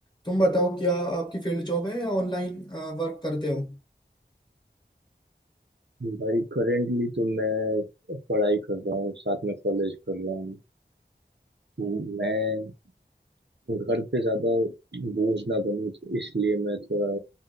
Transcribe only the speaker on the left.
तुम बताओ क्या आपकी फील्ड जॉब है या ऑनलाइन वर्क करते हो